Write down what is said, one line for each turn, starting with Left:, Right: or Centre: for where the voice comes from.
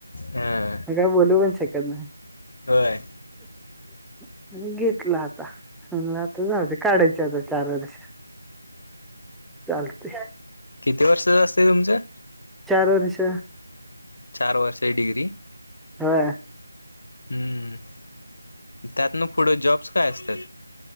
Left: हां
Centre: म काय बोलू पण शकत नाही.
Left: होय
Centre: ह आणि घेतला आता म्हला आता झाऊ काढायचे आता चार वर्ष चालते
Left: किती वर्ष जा असत तुमचं
Centre: चारूर्ष
Left: चार वर्षची डिग्री
Centre: हा
Left: हम्म त्यातन पुढं जॉब्स काय असतात